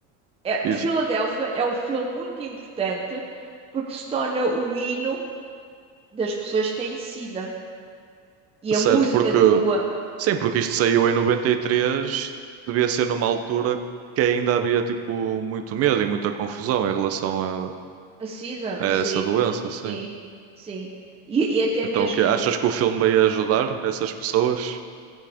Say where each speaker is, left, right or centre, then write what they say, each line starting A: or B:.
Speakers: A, on the right; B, on the right.
A: é,
B: E,
A: o Filadélfia é um filme muito importante porque se torna o hino das pessoas que têm SIDA. E
B: certo,
A: a música
B: porque
A: do ah,
B: Sim, porque isto saiu em noventa e três devia ser numa altura que ainda havia tipo muito medo e muita confusão em relação a,
A: a SIDA,
B: a essa
A: sim,
B: doença, sim.
A: sim, sim. E, e até
B: Então,
A: mesmo,
B: o quê? Achas que o filme veio ajudar essas pessoas?